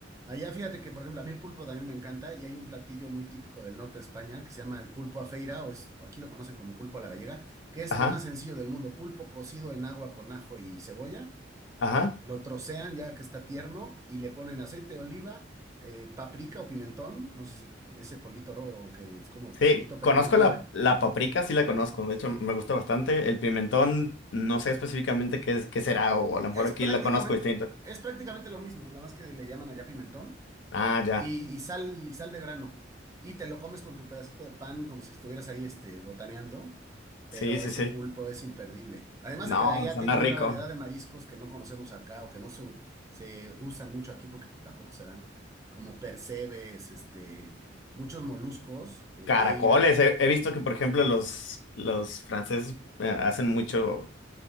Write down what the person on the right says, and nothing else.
Allá fíjate que, por ejemplo, a mí el pulpo también me encanta y hay un platillo muy típico del norte de España que se llama el pulpo a feira, o es, aquí lo conocen como pulpo a la gallega, que es
lo más sencillo del mundo, pulpo cocido en agua con ajo y cebolla
Lo trocean ya que está tierno y le ponen aceite de oliva, eh, paprika o pimentón, no sé si ese polvito rojo que es como
chilito pero
que no pica.
Ah,
es
prácticamente,
es prácticamente lo mismo, nada más que le llaman allá pimentón.
y, y sal, y sal de grano. Y te lo comes con tu pedacito de pan como si estuvieras ahí este, botaneando, pero
ese
pulpo es imperdible. Además
de que de allá
tienen
una variedad de mariscos que no conocemos acá o que no se, u- se usan mucho aquí porque pues tampoco se dan como percebes, este, muchos moluscos, eh,
vieira.